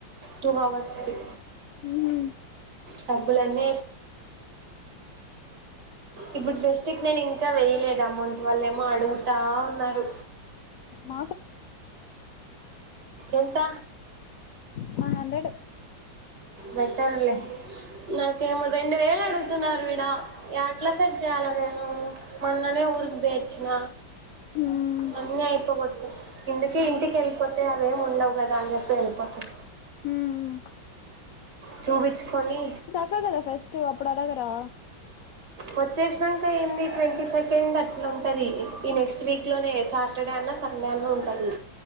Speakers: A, on the right; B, on the left.
A: టూ అవర్స్కి
B: హ
A: డబ్బులన్నీ ఇప్పుడు బెస్ట్ ఎక్ నను ఇం ఇంకా వేయలేదు అమౌంట్ వాళ్ళ ఏమో అడుగుతా ఉన్నారు
B: <inaudible>
A: ఎంత
B: వన్ హండ్రెడ్
A: బెట్టర్లే నాకేమో రెండు వేలు అడుగుతున్నారు విడా ఎట్లా సెట్ చేయాల నేను మొన్ననే ఉరిదిపోచ్చిన
B: మ్మ్
A: అన్నీ అయిపోకడదు ఇందుకే ఇంటికి వెళ్ళిపోతు అయితే అవేమి ఉండవు కదా అని చెప్పి వెళిపోతాం
B: మ్మ్
A: చూపీచుకొని
B: అగదా ఫర్స్ట్ అప్పుడు అడగరా
A: వచ్చేసినాక ఏంది ట్వంటీ సెకండ్ అట్లా ఉంటది ఈ నెక్స్ట్ వీక్ లోనే సాటర్డే సండె అన్న ఉంటంది